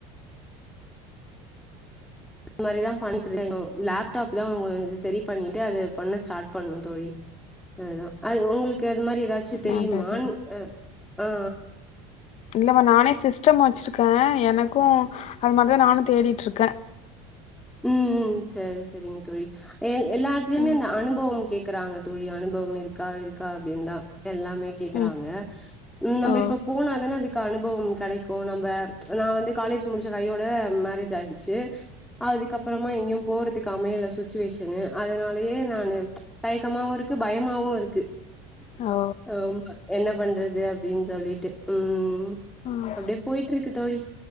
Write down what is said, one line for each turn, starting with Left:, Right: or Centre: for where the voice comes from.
Centre: இந்த மாரி தா பண்ட்டு <unintelligible> லப்டாப் தா கொஞ்சோ சரி பண்ணிட்டு அது பண்ண ஸ்டார்ட் பண்ணு தோழி அதுதா அது உங்களுக்கு அது மாரி ஏதாச்சு
Left: நல்லதுமா
Centre: தெரியுமான் அ ஆ
Left: இல்லம்மா நானே சிஸ்டம் வச்சிருக்க எனக்கு அது மாதி தா நானு தேடிட்ருக்க
Centre: ம் ம் சரி சரிங்க தோழி எ எல்லா எடத்துலயுமே
Left: ம்
Centre: அந்த அனுபவோ கேக் கறாங்க தோழி அனுபவம் இருக்கா இருக்கா அப்டின் தா எல்லாமே கேக்கறாங்க
Left: ம்
Centre: ம் நம்ம
Left: ஓ
Centre: இப்ப போனாதான அதுக்கு அனுபவம் கெடைக்கு நம்ப நா வந்து காலேஜ் முடிச்ச கையோட மேரேஜ் ஆய்டுச் சி அதுக்கப்றமா எங்கயு போறதுக்கு அமையல சுச்சுவேஷனு அதனாலயே நானு தயக்கமாவு இருக்கு பயமாவு இருக்கு
Left: ஓ
Centre: ஹம் என்ன பண்றது அப்டின் சொல்லிட்டு ம்
Left: ம்
Centre: அப்டியே போய்ட்ருக்கு தோழி